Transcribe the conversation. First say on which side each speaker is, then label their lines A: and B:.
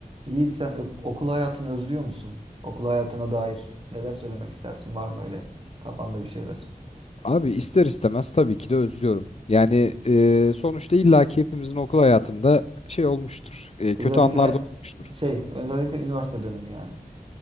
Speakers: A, on the right; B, on the left.
A: Yiğit sen ok- okul hayatını özlüyor musun? Okul hayatına dair neler söylemek istersin? Var mı öyle kafanda bir şeyler?
B: Abi ister istemez tabii ki de özlüyorum. Yani e, sonuçta illaki hepimizin okul hayatında şey olmuştur. E, kötü
A: Özellikle
B: anlar da olmuştur.
A: şey, özellikle üniversite dönemi yani.